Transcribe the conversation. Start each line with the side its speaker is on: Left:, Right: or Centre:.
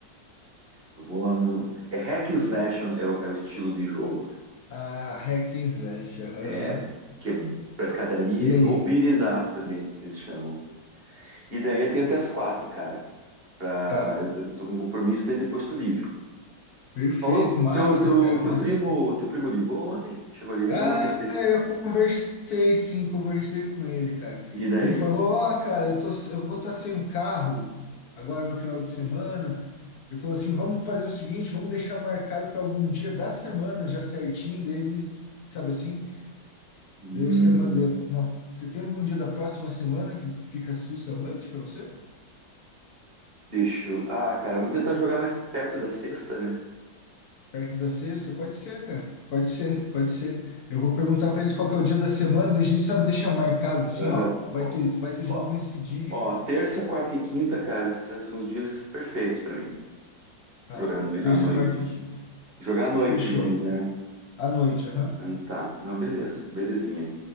Right: eu vou lá no. É hack and slash é, o é o estilo de jogo, cara.
Left: a hack and slash. Aham,
Right: É
Left: aham.
Right: que é pancadaria
Left: E aí?
Right: ou beat 'em up também eles chamam. E daí eu tenho até as quatro, cara. Ah,
Left: Tá.
Right: eu tô, eu tô com um compromisso, daí depois tô livre.
Left: Perfeito.
Right: Falou?
Left: Massa,
Right: Teu, teu,
Left: cara.
Right: teu
Left: Massa.
Right: primo, teu primo ligou ontem? Chegou a ligar?
Left: Ah,
Right: Eu esqueci.
Left: eu conversei, sim. Conversei com ele, cara.
Right: E daí?
Left: Ele falou, ó, cara, eu tô, eu vou estar sem um carro agora no final de semana. Ele falou assim, vamos fazer o seguinte, vamos deixar marcado para algum dia da semana já certinho deles, sabe assim?
Right: Hum,
Left: Daí semana, de- na, você tem algum dia da próxima semana que fica sussa à noite para você?
Right: deixa eu... Ah, cara, vamos tentar jogar mais perto da sexta, né?
Left: Perto da sexta? Pode ser, cara. Pode ser, pode ser. Eu vou perguntar pra eles qual que é o dia da semana, daí a gente sabe deixar marcado assim,
Right: Aham.
Left: ó. Vai
Right: Ó,
Left: ter, vai ter jogo
Right: ó,
Left: nesse dia.
Right: ó, terça, quarta e quinta, cara, são são os dias perfeitos pra mim.
Left: Tá,
Right: Jogar à noi-
Left: terça,
Right: à noite.
Left: quarta e quinta.
Right: Jogar à noite
Left: Fechou.
Right: se diz, né?
Left: À noite, aham.
Right: Ah, Tá. Não, beleza. Belezinha.